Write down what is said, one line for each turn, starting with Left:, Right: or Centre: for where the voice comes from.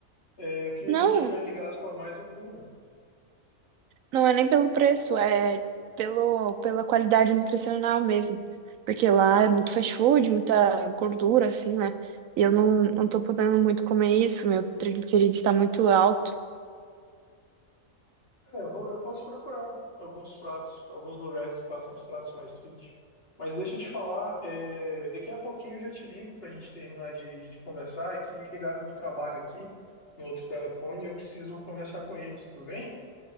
Left: É, o que
Right: Não,
Left: a gente tiver de gasto a mais, eu cubro.
Right: não é nem pelo preço, é pelo, pela qualidade nutricional mesmo. Porque lá é muito fast food, muita gordura, assim, né? E eu não, não tô podendo muito comer isso, meu triglicerídeo está muito alto.
Left: É, eu vou, eu posso procurar alguns pratos, alguns lugares que façam os pratos mais fit. Mas deixa eu te falar, é, daqui a pouquinho eu já te ligo para a gente terminar de, de conversar. É que me ligaram do trabalho aqui, no outro telefone, e eu preciso conversar com eles, tudo bem?